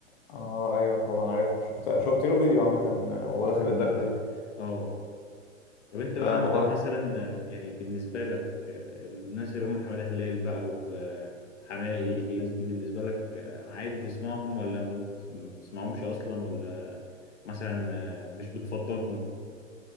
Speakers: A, on the left (about 35°); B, on the left (about 60°).
A: اه ايوه طبعا عارفها شفت شفت له فيديو عامة آه، وهو داخل الدخلة دي
B: اه طب انت
A: فالموضوع
B: بقى انت مثلا آه، يعني بالنسبة لك آه، الناس اللي هم حمادة هلال بقى وحماقي الناس دي بالنسبة لك آه، عادي تسمعهم ولا ما بت- ما بتسمعهمش أصلا ولا مثلا آه، مش بتفضلهم؟